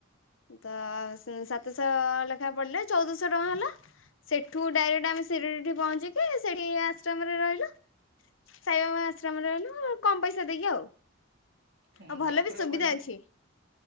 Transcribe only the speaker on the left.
ତ ସାତଶହ ଲେଖାଏ ପଡିଲା ଚଉଦଶ ଚଉଦଶ ଟଙ୍କା ହେଲା ସେଠୁ ଡାଇରେକ୍ଟ ଆମେ ଶିରିଡି ଠି ପହଞ୍ଚିକି ସେଇଠି ଆଶ୍ରମରେ ରହିଲୁ। ସାଇବାବା ଆଶ୍ରମରେ କମ ପଇସା ଦେଇକି ଆଉ।
ଆଉ ଭଲ
ବି ସୁବିଧା
ଅଛି